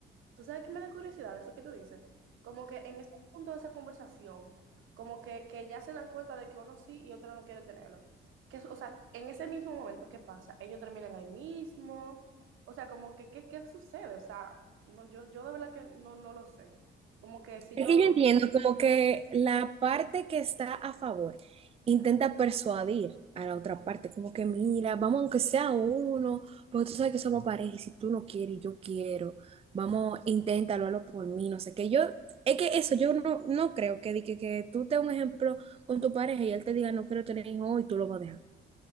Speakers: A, on the right (about 85°); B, on the right (about 30°).
A: tú sabes que me da curiosidad eso que tú dices, como que en ese punto de esa conversación, como que, que ya se dan cuenta de que uno sí y otro no quiere tenerlo. Que, o sea, en ese mismo momento, ¿qué pasa? Ellos terminan ahí mismo, o sea, como que, ¿qué, qué sucede? O sea, no, yo, yo de verdad que no, no lo sé. Como que si
B: Es
A: yo
B: que yo entiendo como que la parte que está a favor intenta persuadir a la otra parte, como que mira, vamos aunque sea uno, porque tú sabes que somos pareja y si tú no quieres y yo quiero, vamos, inténtalo, hazlo por mí, no sé qué. Yo, es que eso, yo no, no creo que, di que, que tú te un ejemplo con tu pareja y él te diga no quiero tener hijos y tú lo vas a dejar.